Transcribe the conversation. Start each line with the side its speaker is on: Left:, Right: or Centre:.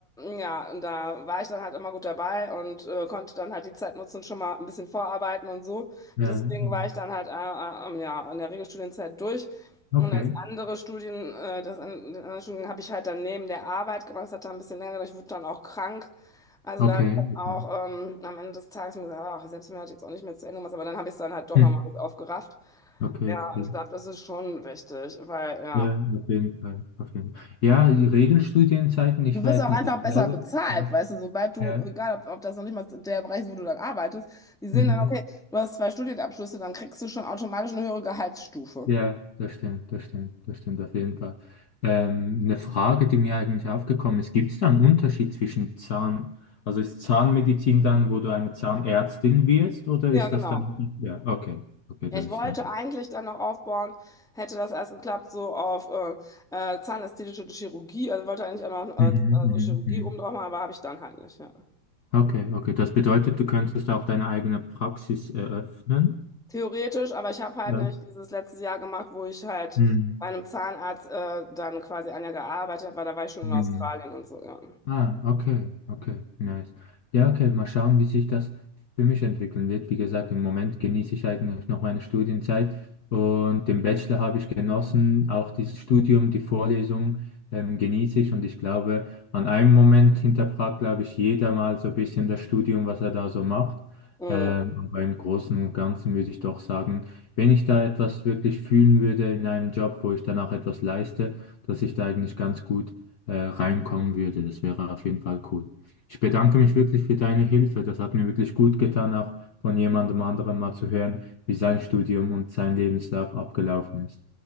Centre: ja, und da war ich dann halt immer gut dabei und äh, konnte dann halt die Zeit nutzen, schon mal ein bisschen vorarbeiten und so.
Left: Ja,
Centre: Deswegen
Left: ja.
Centre: war ich dann halt äh, äh, ähm, ja, in der Regelstudienzeit durch.
Left: Okay.
Centre: Und das andere Studien, äh, das an, den anderen Studien habe ich halt dann neben der Arbeit gemacht. Das hat dann ein bisschen länger gedauert. Ich wurde dann auch krank. Also
Left: Okay,
Centre: da habe ich dann
Left: okay.
Centre: auch ähm, am Ende des Tages mir gesagt, ach, selbst wenn du das jetzt auch nicht mehr zu Ende machst, aber dann habe ich es dann halt doch
Left: Hm.
Centre: nochmal mit aufgerafft.
Left: Okay,
Centre: Ja,
Left: cool.
Centre: und ich glaube, das ist schon wichtig, weil ja.
Left: Ja, auf jeden Fall. Auf jeden Fall. Ja, die Regelstudienzeiten, ich
Centre: Du wirst
Left: weiß
Centre: auch
Left: nicht,
Centre: einfach
Left: ich glaube.
Centre: besser ja, bezahlt,
Left: Ja,
Centre: weißt du, sobald du,
Left: ja.
Centre: egal ob, ob das noch nicht mal der Bereich ist, wo du dann arbeitest, die sehen
Left: Mhm.
Centre: dann, okay, du hast zwei Studienabschlüsse, dann kriegst du schon automatisch eine höhere Gehaltsstufe.
Left: Ja, das stimmt, das stimmt, das stimmt auf jeden Fall. Ähm, eine Frage, die mir eigentlich aufgekommen ist, gibt es da einen Unterschied zwischen Zahn, also ist Zahnmedizin dann, wo du eine Zahnärztin wirst, oder
Centre: Ja,
Left: ist
Centre: genau.
Left: das dann, ja, okay, okay,
Centre: Ja,
Left: das
Centre: Ich
Left: ist
Centre: wollte
Left: dann.
Centre: eigentlich dann noch aufbauen, hätte das alles geklappt, so auf äh, äh, zahnästhetische Chirurgie, also wollte eigentlich auch noch äh,
Left: Mhm,
Centre: also
Left: mhm,
Centre: Chirurgie
Left: mhm.
Centre: oben drauf machen, aber habe ich dann halt nicht. Ja.
Left: Okay, okay. Das bedeutet, du könntest auch deine eigene Praxis eröffnen.
Centre: Theoretisch, aber ich habe halt
Left: Ja.
Centre: nicht dieses letzte Jahr gemacht, wo ich halt
Left: Mhm.
Centre: bei einem Zahnarzt äh, dann quasi ein Jahr gearbeitet habe, weil da war ich schon
Left: Mhm.
Centre: in Australien und so, ja.
Left: Ah, okay, okay, nice. Ja, okay, mal schauen, wie sich das für mich entwickeln wird. Wie gesagt, im Moment genieße ich eigentlich noch meine Studienzeit und den Bachelor habe ich genossen, auch dieses Studium, die Vorlesung ähm, genieße ich und ich glaube, an einem Moment hinterfragt, glaube ich, jeder mal so ein bisschen das Studium, was er da so macht.
Centre: Mhm.
Left: Ähm, aber im Großen und Ganzen würde ich doch sagen, wenn ich da etwas wirklich fühlen würde in einem Job, wo ich danach etwas leiste, dass ich da eigentlich ganz gut äh, reinkommen würde. Das wäre auf jeden Fall cool. Ich bedanke mich wirklich für deine Hilfe. Das hat mir wirklich gut getan, auch von jemandem anderem mal zu hören, wie sein Studium und sein Lebenslauf abgelaufen ist.